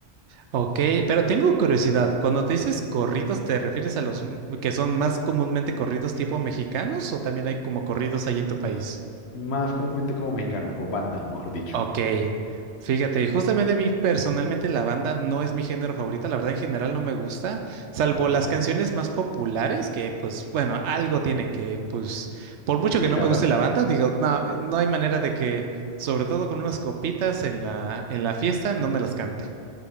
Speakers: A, on the right; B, on the left.
A: Ok, pero tengo curiosidad. Cuando te dices corridos, ¿te refieres a los m- que son más comúnmente corridos tipo mexicanos o también hay como corridos ahí en tu país?
B: más comúnmente como mexicano, o banda, mejor dicho.
A: Ok, fíjate, justamente a mí personalmente la banda no es mi género favorito, la verdad en general no me gusta, salvo
B: Ok.
A: las canciones más populares que pues bueno, algo tienen que pues por mucho
B: Sí,
A: que
B: claro.
A: no me guste la banda, digo, no, no hay manera de que, sobre todo con unas copitas en la en la fiesta, no me las cante.